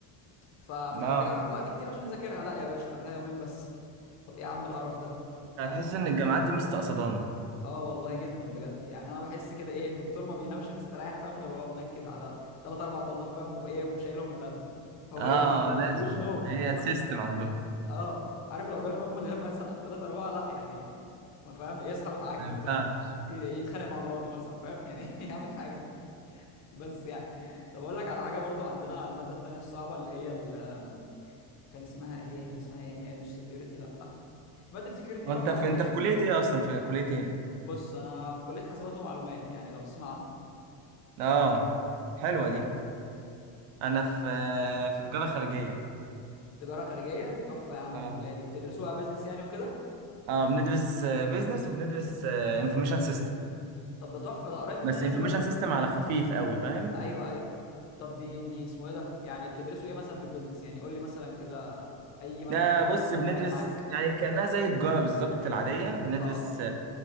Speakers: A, on the left; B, on the right.
A: ف... فمحتاجه
B: اه
A: وقت كتير عشان اذاكرها لا يا باشا قبلها يومين بس طب ايه يا عم القرف ده فاهم؟
B: هتحس ان الجامعات دي مستقصدانه
A: اه والله جدا بجد يعني انا بحس كده ايه الدكتور ما بينامش مستريح فاهم غير وهو منكد على ثلاث اربع طلاب فاهم وايه ومشايلهم الماده هو
B: اه
A: ايه <laughs>
B: لازم
A: جلوش نوم
B: هي
A: والله
B: سيستم عندهم
A: اه عارف لو جاله نوم من غير ما يسقط ثلاثة أربعة لا يعني ما فاهم يصحى متعكنم
B: ما ينفعش
A: بقى ي- يتخانق مع مراته مثلا فاهم يعني <laughs> يعمل حاجة بس يعني طب أقول لك على حاجة برضو عندنا المادة التانية الصعبة اللي هي ال- كان اسمها إيه كان اسمها إيه هي مش سكيورتي لأ مادة سكيورتي دي
B: وانت
A: برضو
B: في
A: عندنا
B: انت
A: حلوة
B: في كليه ايه اصلا في كليه ايه
A: بص أنا في كلية حاسبات ومعلومات يعني لو تسمع عنها
B: اه حلوه
A: وأنت
B: دي انا في في تجاره خارجيه
A: تجاره خارجيه دي تحفه يا عم
B: اه
A: الكليه دي بتدرسوا بقى بيزنس يعني وكده
B: اه بندرس بيزنس وبندرس انفورميشن سيستم
A: طب ده تحفه ده قريب مننا
B: بس انفورميشن
A: شويه برضو
B: سيستم على خفيف قوي فاهم
A: ايوه ايوه طب دي دي اسمه ايه ده يعني بتدرسوا ايه مثلا في البيزنس يعني قول لي مثلا كده اي ماده
B: ده
A: خدتوها
B: بص
A: مثلا
B: بندرس
A: فرقت معاك
B: يعني كانها زي تجاره بالظبط العاديه بندرس
A: اه